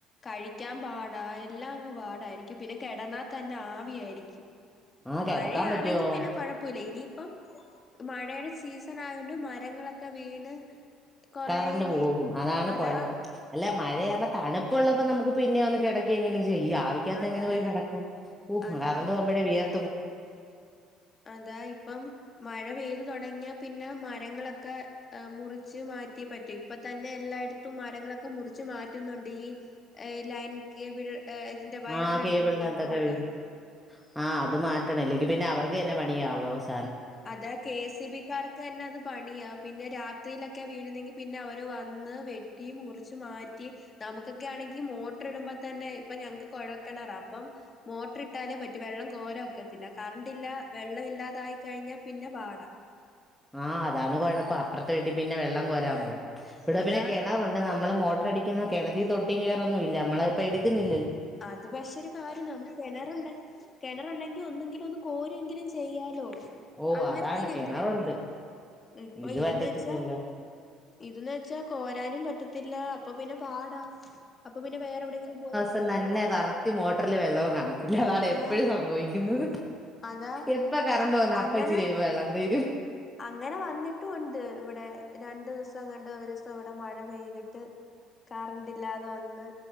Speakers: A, on the left; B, in the centre.
A: കഴിക്കാൻ പാടാ എല്ലാം അങ്ങ് പാടായിരിക്കും പിന്നെ കിടന്നാ തന്നെ ആവിയായിരിക്കും
B: ആഹ്
A: മഴയാണെങ്കി
B: കിടക്കാൻ പറ്റുവോ
A: പിന്നെ കൊഴപ്പമില്ല ഇനി ഇപ്പം മഴേടെ സീസൺ ആയോണ്ട് മരങ്ങളൊക്കെ വീണ് കൊറേ
B: കറണ്ട്
A: ഇനി
B: പോകും അതാണ്
A: അതാ
B: കൊഴപ്പം അല്ല മഴയാമ്പം തണുപ്പ് ഉള്ളപ്പോ നമുക്ക് പിന്നെ ഒന്ന് കെടക്കേങ്കിലും ചെയ്യാ ഈ ആവിക്കാത്ത്
A: അതാ
B: എങ്ങനെ പോയി കെടക്കും ഊഫ്
A: അതാ
B: കറണ്ട് പോമ്പോഴേ വിയർ
A: അതാ ഇപ്പം മഴ പെയ്ത് തൊടങ്ങിയ പിന്നെ മരങ്ങളൊക്കെ മുറിച്ച് മാറ്റിയേ പറ്റും ഇപ്പ തന്നെ എല്ലായിടത്തും മരങ്ങളൊക്കെ മുറിച്ച് മാറ്റുന്നുണ്ട് ഈ ലൈൻ കേബിള് ഇതിന്റെ വയറിന്റെ
B: ആ കേബിളിനകത്തൊക്കെ
A: അടുത്തോട്ട് ഒള്ള
B: വീണ് ആ അത് മാറ്റണം ഇല്ലെങ്കി പിന്നെ അവർക്കെന്നെ പണിയാവും അവസ്
A: അതാ കെ സി ബിക്കാർക്കെന്നെ അത് പണിയാ പിന്നെ രാത്രീലൊക്കെ വീഴുന്നെങ്കി പിന്നെ അവ ര് വന്ന് വെട്ടി മുറിച്ചുമാറ്റി നമുക്കൊക്ക്യാണെങ്കി മോട്ടർ ഇടുമ്പം തന്നെ ഇപ്പോ ഞങ്ങ്ക്ക് കൊ ഴൽ കെണറ അപ്പം മോട്ട്ർ ഇട്ടാലേ പറ്റു വെള്ളം കോരാൻ ഒക്കത്തില്ല കറണ്ടില്ല വെള്ളൊവില്ലാതായി കഴിഞ്ഞ പിന്നെ പാട
B: ആ അതാണ് കൊഴപ്പം അപ്പ്രത്തെ വീട്ടിൽ പിന്നെ വെള്ളം കൊരാൻ പോണം ഇവിടെ
A: അതാ
B: പിന്നെ കെണറൊണ്ട് നമ്മള് മോട്ടർ അടിക്കുന്ന കെണറ്റീ തൊട്ടി കയറൊന്നും ഇല്ല നമ്മള് ഇപ്പ എട്ക്ക്ന്നി
A: അത് പക്ഷെ ഒരു കാര്യം നമുക്ക് കിണറുണ്ട് കിണറുണ്ടെങ്കിൽ ഒന്നങ്കിലും ഒന്ന് കോരി കോരി എങ്കിലും ചെയ്യാലോ
B: ഓ
A: അന്നേര്ത്തേക്കെങ്കിലും
B: അതാണ് കിണറുണ്ട്
A: ഇപ്പൊ
B: ഇത്
A: ഇതന്ന്
B: പറ്റത്തില്ലല്ലോ
A: വെച്ചാ ഇതിന്ന് വെച്ചാൽ കോരാനും പറ്റ ത്തില്ല അപ്പൊ പിന്നെ പാടാ അപ്പൊ പിന്നെ വേറെ എവിടെങ്കിലും പോയി
B: അപ്പം
A: കോരണം
B: തന്നെ കറക്റ്റ് മോട്ടർല് വെള്ളോം കാണത്തില്ല അതാണ് എപ്പഴും
A: ആഹ്
B: സംഭവിക്കുന്നത്
A: അതാ
B: എപ്പ കറണ്ട് പോന്ന
A: അങ്ങനെ
B: അപ്പാച്ചിരികഴിയുമ്പം വെള്ളം തീരും
A: അങ്ങനെ വന്നിട്ടും ഒണ്ട് ഇവിടെ രണ്ടു ദിവസം എങ്ങാണ്ട് ഒരൂസം ഇവിടെ മഴ പെയ്തിട്ട് കറണ്ട് ഇല്ലാതെ വന്ന്